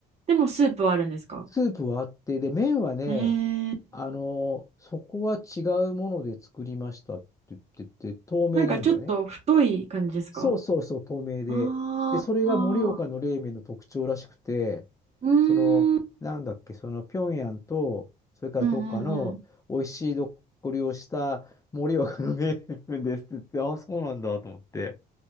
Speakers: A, on the right; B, on the left.
A: でも、スープはあるんですか
B: スープはあって、で、麺はね、
A: ええ
B: あの、そこは違うもので作りましたって言ってて、透明なんだよね。
A: なんかちょっと太い感じですか
B: そうそうそう、透明で。
A: ああ
B: で、それが盛岡の冷麺の特徴らしくて、
A: ー。う
B: その、
A: ーん。
B: なんだっけ、その、平壌と、それからどっかの美味しいどっこりをした盛岡の冷麺ですって言って、
A: うんうんうん。
B: ああ、そうなんだと思って。